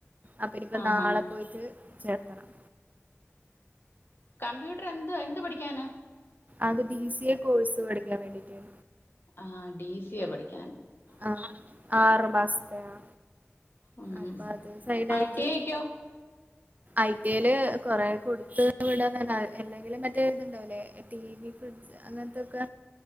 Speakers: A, on the right; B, on the left.
A: അപ്പൊ ഇപ്പൊ
B: ആഹാ
A: നാളെ പോയിട്ട് ചേർത്തണം
B: കമ്പ്യൂട്ടർ എന്ത് എന്ത് പഠിക്കാനാ
A: അത് ഡി സി എ കോഴ്സ് പഠി എല്ലാം മേടിക്കാൻ
B: ആ ഡി സി എ പഠിക്കാ
A: ആ ആറ് മാസത്തെ ആ
B: ഉം
A: അപ്പൊ അത് സൈഡ് ആയിട്ട്
B: ഐ ടി ഐക്കോ
A: ഐ പി എൽ കൊറേ കൊടുത്തു വിടുന്നാതന്നാ ഇല്ലെങ്കില് മറ്റേ ഇതു ഇണ്ടാവിലെ ടി വി, ഫ്രിഡ്ജ് അങ്ങനത്തെ ഒക്കെ